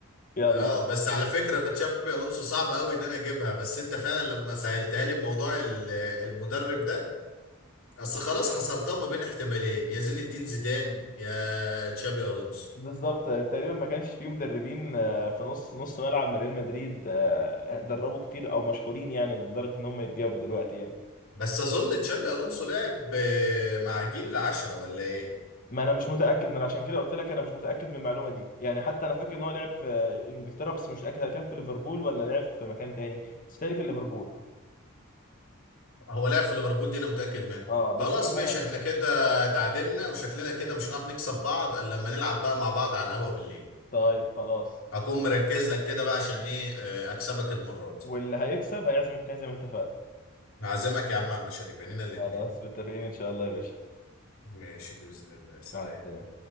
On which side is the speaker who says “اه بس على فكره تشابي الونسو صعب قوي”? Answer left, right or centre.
Left